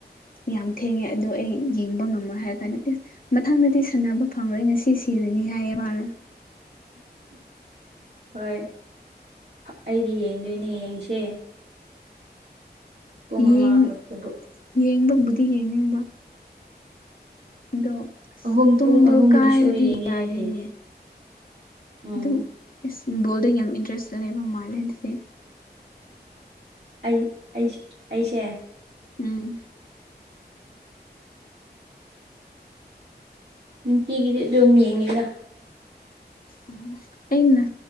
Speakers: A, on the left; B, on the right.
A: ꯌꯥꯝ ꯊꯦꯡꯉꯦ ꯑꯗꯣ ꯑꯩ ꯌꯦꯡꯕ ꯉꯝꯃ ꯍꯥꯏꯔ ꯀꯥꯟꯗ ꯏꯁ ꯃꯊꯪꯗꯗꯤ ꯁꯥꯟꯅꯕ ꯐꯪꯂꯣꯏ ꯉꯁꯤ ꯁꯤꯔꯅꯤ ꯍꯥꯏꯌꯦ ꯃꯥꯅ
B: ꯍꯣꯏ ꯑꯩꯗꯤ ꯌꯦꯡꯗꯣꯏꯅꯦ ꯌꯦꯡꯁꯦ ꯄꯨꯡ
A: ꯌꯦꯡ
B: ꯑꯃꯈꯛꯇꯕꯨ
A: ꯌꯦꯡꯕꯕꯨꯗꯤ ꯌꯦꯡꯅꯤꯡꯕ ꯑꯗꯣ ꯑꯁ
B: ꯑꯍꯨꯝ
A: ꯇꯨꯝꯕ
B: ꯄꯨꯡ ꯑꯍꯨꯝꯒꯤꯁꯨ
A: ꯀꯥꯏꯔꯗꯤ
B: ꯌꯦꯡꯉꯦ
A: ꯌꯥꯔꯦꯅꯦ
B: ꯑꯩꯗꯤ ꯎꯝ
A: ꯑꯗꯨꯝ ꯏꯁ ꯕꯣꯜꯗ ꯌꯥꯝ ꯏꯟꯇꯔꯦꯁ ꯂꯩꯕ ꯃꯥꯜꯂꯦ ꯑꯗꯨꯗꯤꯦ
B: ꯑꯩ ꯑꯩ ꯑꯩꯁꯦ
A: ꯎꯝ
B: ꯅꯨꯡꯇꯤꯒꯤꯗꯤ ꯑꯗꯨꯝ ꯌꯦꯡꯉꯦꯗ
A: ꯑꯣ ꯑꯩꯅ